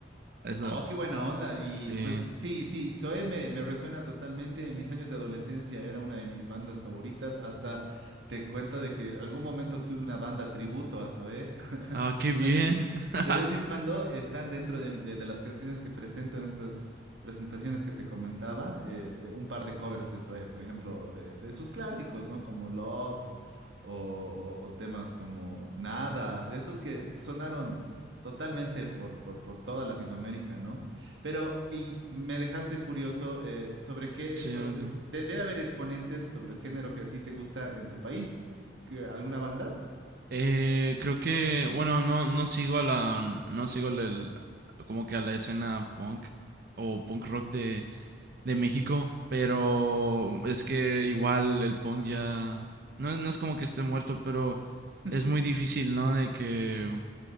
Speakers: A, on the right; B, on the right.
A: Eso,
B: Oh, qué buena onda. Y
A: sí.
B: pues sí, sí, Zoe me, me resuena totalmente. En mis años de adolescencia era una de mis bandas favoritas. Hasta te cuenta de que algún momento tuve una banda tributo a Zoe. <laughs>
A: Ah, qué
B: Entonces,
A: bien. <laughs>
B: de vez en cuando están dentro de, de- de las canciones que presento en estas presentaciones que te comentaba, eh, eh, un par de covers de Zoe, por ejemplo, de, de sus clásicos, ¿no? Como Love o, o- o temas como Nada, de esos que sonaron totalmente por, por, por toda Latinoamérica, ¿no? Pero, y me dejaste curioso eh, sobre qué,
A: Sí,
B: entonces,
A: a ver, dime.
B: de- debe haber exponentes sobre el género que a ti te gusta en tu país. ¿Que- ¿Alguna banda?
A: Eh, creo que, bueno, no, no sigo a la, no sigo el, el- como que a la escena punk o punk rock de, de México, pero es que igual el punk ya, no, no es como que esté muerto, pero
B: <laughs>
A: es muy difícil, ¿no? De que